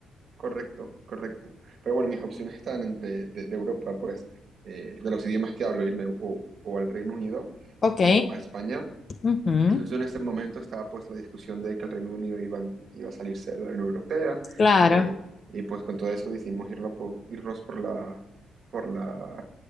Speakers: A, on the right (about 40°); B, on the left (about 35°).
A: correcto, correcto. Pero bueno, mis opciones están entre de, de Europa, pues, eh, de los idiomas que hablo, irme o, o al Reino Unido
B: Ok,
A: o a España
B: ujú,
A: y justo en este momento estaba pues la discusión de que el Reino Unido iba, iba a salirse de la Unión Europea
B: Claro,
A: eh, y pues con todo eso decidimos irlo por, irnos por la, por la